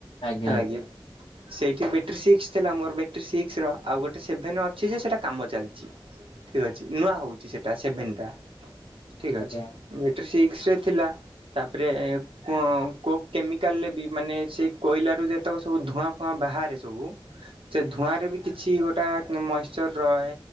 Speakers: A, on the left; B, on the right.
A: ଆଜ୍ଞା
B: ହେଲା
A: ଆଜ୍ଞା
B: କି ସେଇଠି ବ୍ୟାଟେରୀ ସିକ୍ସ ଥିଲା ମୋର ବଟରୀ ସିକ୍ସ ର ଆଉ ଗୋଟେ ସେଭେନ ଅଛି ଯେ ସେଇଟା କାମ ଚାଲିଛି। ଠିକ ଅଛି ନୂଆ ହଉଛି ସେଟା ସେଭେନ ଟା ଠିକ
A: ଆଜ୍ଞା
B: ଅଛି ବେଟରୀ ସିକ୍ସ ରେ ଥିଲା ତାପରେ
A: ହୁଁ
B: କ କୋଉ କେମିକାଲ ରେ ବି ମାନେ ସେଇ କୋଇଲା ର ଯେତେକ ସବୁ ଧୂଆଁ ଫୁଆଁ ବାହାରେ ସବୁ ସେ ଧୂଆଁ ରେ ବି କିଛି ଗୋଟା ମଇଶ୍ଚର ରହେ